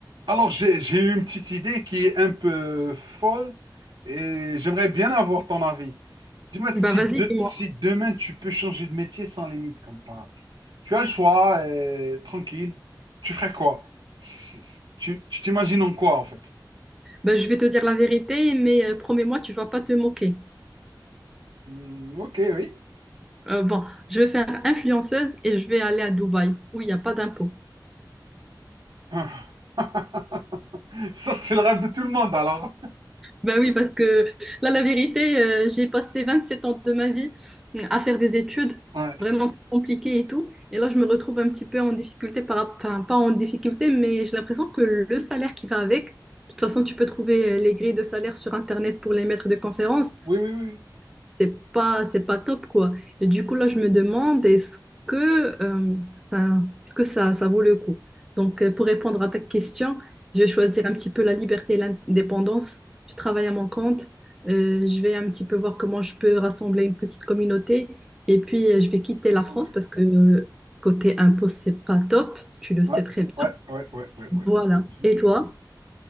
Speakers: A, on the right; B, in the centre.
A: Alors, j'ai, j'ai eu une petite idée qui est un peu folle et j'aimerais bien avoir ton avis. Dis-moi si,
B: Bah vas-y,
A: de-
B: dis-moi.
A: si demain tu peux changer de métier sans limite comme ça. Tu, tu as le choix, euh, tranquille. Tu ferais quoi? S- s- Tu tu t'imagines en quoi en fait?
B: Bah, je vais te dire la vérité, mais euh, promets-moi, tu vas pas te moquer.
A: Hmm, ok, oui.
B: Euh, bon, je vais faire influenceuse et je vais aller à Dubaï, où il n'y a pas d'impôt.
A: Ah. <laughs> Ça, c'est le rêve de tout le monde alors.
B: Bah oui, parce que là, la vérité, euh, j'ai passé 27 ans de ma vie euh, à faire des études
A: Ouais.
B: vraiment compliquées et tout. Et là, je me retrouve un petit peu en difficulté, par, rapp- enfin, pas en difficulté, mais j'ai l'impression que le salaire qui va avec, de toute façon, tu peux trouver euh, les grilles de salaire sur Internet pour les maîtres de conférences.
A: Oui, oui, oui.
B: c'est pas c'est pas top quoi. Et du coup là je me demande est-ce que euh, enfin est-ce que ça ça vaut le coup? Donc euh, pour répondre à ta question, je vais choisir un petit peu la liberté et l'indépendance. Je travaille à mon compte, euh, je vais un petit peu voir comment je peux rassembler une petite communauté et puis euh, je vais quitter la
A: Ok.
B: France parce que euh, côté impôt c'est pas top, tu le
A: Ouais,
B: sais très bien.
A: ouais, ouais, ouais, ouais, ouais.
B: Voilà.
A: Logique.
B: Et toi?